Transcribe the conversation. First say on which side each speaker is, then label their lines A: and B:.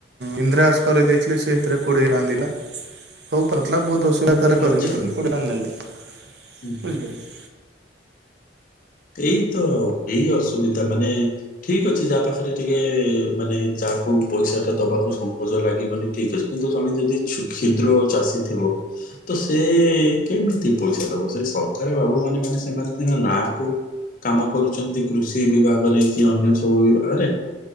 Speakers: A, on the right; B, on the left.
A: ଇନ୍ଦ୍ରାବାସ କରି ଦେଇଥିଲି ସେ ସେଇଥିରେ କୋଡିଏ ଟଙ୍କା ଦେଇଥିଲା <unintelligible> ହଉ ପାରୁଥିଲା ବହୁତ ଅସୁବିଧାରେ
B: ଆଚ୍ଛା।
A: କରିଲି କିନ୍ତୁ କୋଡିଏ ଟଙ୍କା ନେଲେ ବୁଝିଲେ
B: ହୁଁ ହୁଁ।
A: କି <unintelligible>
B: ଏଇ ତ ଏଇ ଅସୁବିଧା ମାନେ ଠିକ୍ ଅଛି ଯାହା ପାଖରେ ଟିକେ ମାନେ ଯାହାକୁ ପଇସା ଟା ଦବାକୁ ସଂଙ୍କୋଚ ଲାଗିବନି ଠିକ୍ ଅଛି କିନ୍ତୁ ଜଣେ ଯଦି ଛୁ କ୍ଷିଦ୍ର ଚାଷୀ ଥିବ ତ ସେ କେମିତି ପଇସା ଦବ ସେ ସରକାର ବାବୁ ମାନେ ମାନେ ସେମାନେ ସିନା ନାଁକୁ କାମ କରୁଛନ୍ତି କୃଷି ବିଭାଗରେ କି ଅନ୍ୟ ସବୁ ବିଭାଗରେ